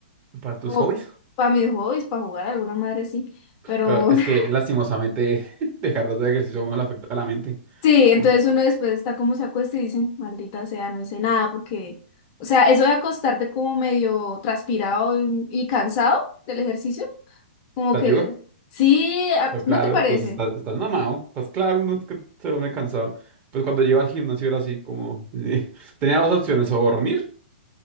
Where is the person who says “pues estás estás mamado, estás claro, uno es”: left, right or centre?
Right